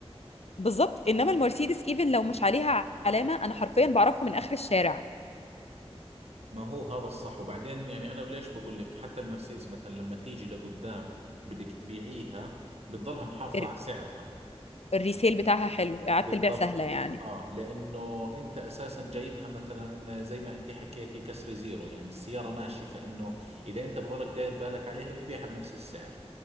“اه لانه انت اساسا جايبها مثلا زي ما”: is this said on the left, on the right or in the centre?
Right